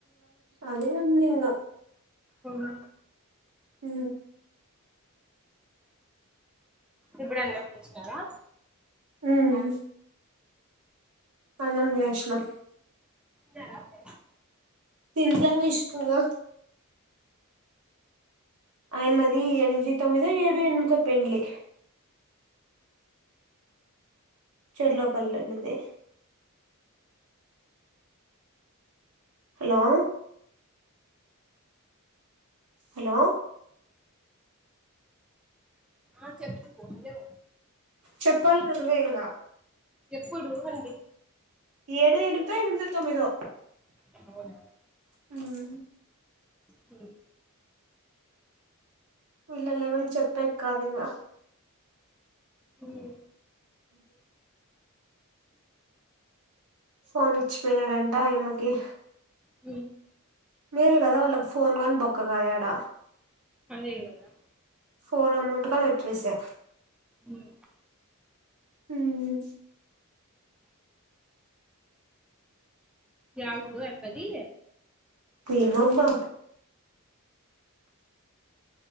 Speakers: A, on the right; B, in the centre.
A: అదే ఉంది గా
B: కోరు
A: మ మ
B: ఇప్పుడు అన్నం చేసినారా
A: మ్ అన్నం చేసినం
B: తిన్నారా అప్పుడే
A: తింట్లేనే ఇష్టంగా అయినది ఎ ఏనిమిది తొమ్మిది ఏడు ఎనిమిదో పెళ్ళి చర్లపల్లి వెళ్ళితే హలో హలో
B: ఆ చెప్పు హలో
A: చెప్పాలి నువ్వే ఇంగ
B: ఎప్పుడు అండి
A: ఏడు ఎనిమిది ఎంత ఎనిమిదో తొమ్మిదో
B: అవునా
A: హుమ్
B: ఉ
A: ఇల్ల లేవని చెప్పెక్ కాదు ఇంక
B: హుమ్
A: ఉ ఫోన్ ఇచ్చిపోయినడంట ఆయమ్మకి
B: హుమ్
A: మేల్ కదా వాళ్ళకి ఫోన్ కాని బొక్క కాద్ యాడ
B: అదే గదా
A: ఫోన్ అమౌంట్ గాని వచ్చేసా
B: హుమ్
A: హుమ్
B: య ఊ గు పదీ
A: ఎమోబ్బా